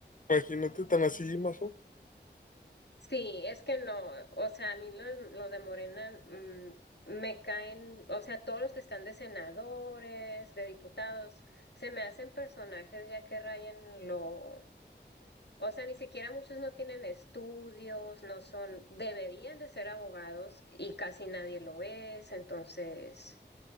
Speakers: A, on the left (about 45°); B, on the left (about 65°).
A: Imagínate tan así, Majo,
B: Sí, es que no, o sea, a mí los, los de Morena mm, me caen, o sea, todos los que están de senadores, de diputados, se me hacen personajes ya que rayan lo, O sea, ni siquiera muchos no tienen estudios, no son, deberían de ser abogados y casi nadie lo es, entonces,